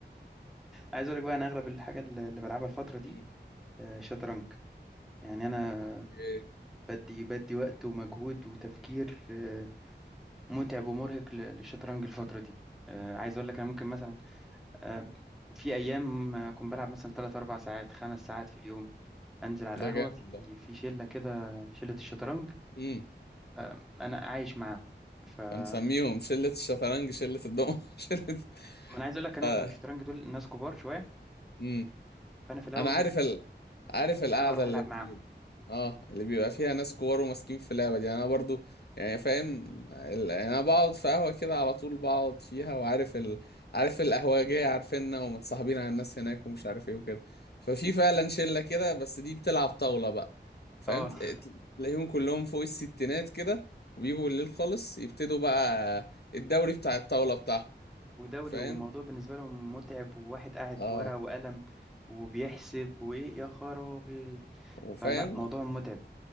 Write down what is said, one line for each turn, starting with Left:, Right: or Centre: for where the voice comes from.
Centre: عايز أقول لك بقى أنا أغلب الحاجة اللي اللي بلعبها الفترة دي
Left: مم.
Centre: آه، شطرنج يعني أنا
Left: اوكي
Centre: بدي بدي وقت ومجهود وتفكير آه، متعب ومرهق ل- للشطرنج الفترة دي آه، عايز أقول لك أنا ممكن مثلا آه، في أيام أكون بلعب مثلا 3 4 ساعات 5 ساعات في اليوم أنزل على
Left: ده
Centre: القهوة
Left: جامد
Centre: في
Left: ده
Centre: في شلة كده شلة الشطرنج
Left: امم
Centre: آه، أنا عايش معاهم ف ما
Left: فمسميهم شلة الشطرنج شلة الدومنة <laughs> شلة
Centre: أنا عايز أقول لك أنا
Left: ف...
Centre: بتوع الشطرنج دول ناس كبار شوية
Left: امم
Centre: فأنا في الأول
Left: انا عارف
Centre: ما كنتش
Left: عارف القعده
Centre: حابب أروح
Left: اللي
Centre: ألعب
Left: بت...
Centre: معاهم
Left: اه اللي بيبقى فيها ناس كبار وماسكين في اللعبه دي يعني انا برضو يعني فاهم ال- يعني انا بقعد في قهوه كده على طول بقعد فيها وعارف ال... عارف القهوجيه عارفيننا ومتصاحبين على الناس هناك ومش عارف ايه وكده ففي فعلا شله كده بس دي بتلعب طاوله بقى فاهم
Centre: أه
Left: تل-
Centre: <laughs>
Left: تل- تلاقيهم كلهم فوق الستينات كده وبيجوا بالليل خالص يبتدوا بقى الدوري بتاع الطاوله بتاعهم
Centre: ودوري
Left: فاهم
Centre: والموضوع بالنسبة لهم متعب وواحد قاعد
Left: اه
Centre: بورقة وقلم وبيحسب وإيه يا خرابي
Left: وفاهم
Centre: فلا موضوع متعب